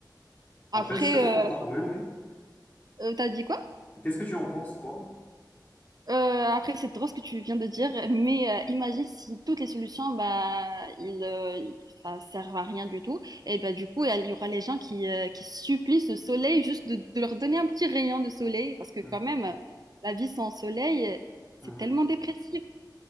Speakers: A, on the left; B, on the right.
A: Après,
B: Après,
A: je sais pas pourtant. Oui, oui.
B: tu as dit quoi?
A: Qu'est-ce que tu en penses, toi?
B: Euh, après, c'est drôle ce que tu viens de dire, mais euh, imagine si toutes les solutions, bah, ils, euh, ils- enfin, servent à rien du tout. Et bah, du coup, il y aura les gens qui, euh, qui supplient ce soleil juste de, de leur donner un petit rayon de soleil, parce que
A: Mhm.
B: quand même, la vie sans soleil,
A: Mhm.
B: c'est tellement dépressif.